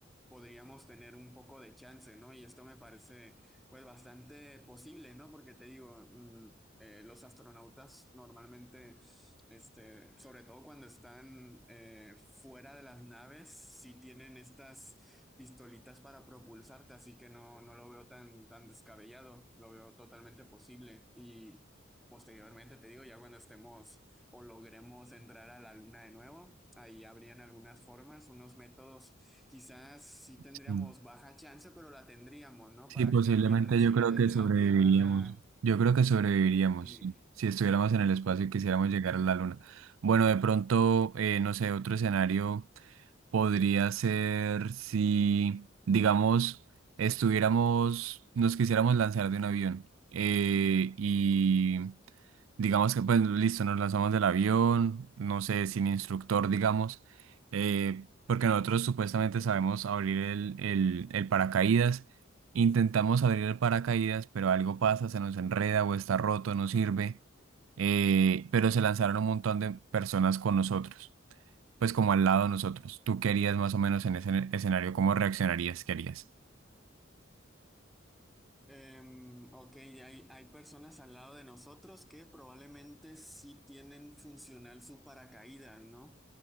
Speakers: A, in the centre; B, on the right (about 80°).
A: podríamos tener un poco de chance, ¿no? Y esto me parece pues bastante posible, ¿no? Porque te digo, mm, eh, los astronautas normalmente, este, sobre todo cuando están eh, fuera de las naves, sí tienen estas pistolitas para propulsarte, así que no, no lo veo tan, tan descabellado, lo veo totalmente posible. Y posteriormente, te digo, ya cuando estemos o logremos entrar a la luna de nuevo. Ahí habrían algunas formas, unos métodos, quizás sí tendríamos
B: sí,
A: baja chance, pero la tendríamos, ¿no?
B: sí,
A: Para
B: posiblemente
A: que alguien reciba
B: yo creo
A: desde
B: que sobreviviríamos.
A: la Tierra la,
B: Yo creo que sobreviviríamos
A: eh,
B: sí, si estuviéramos en el espacio y quisiéramos llegar a la luna. Bueno, de pronto, eh, no sé, otro escenario. Podría ser si, digamos, estuviéramos, nos quisiéramos lanzar de un avión eh, y digamos que pues listo, nos lanzamos del avión, no sé, sin instructor, digamos, eh, porque nosotros supuestamente sabemos abrir el, el, el paracaídas, intentamos abrir el paracaídas, pero algo pasa, se nos enreda o está roto, no sirve, eh, pero se lanzaron un montón de personas con nosotros pues como al lado de nosotros. ¿Tú qué harías más o menos en ese escenario? ¿Cómo reaccionarías? ¿Qué harías?
A: Em, ok, hay, hay personas al lado de nosotros que probablemente sí tienen funcional su paracaídas, ¿no?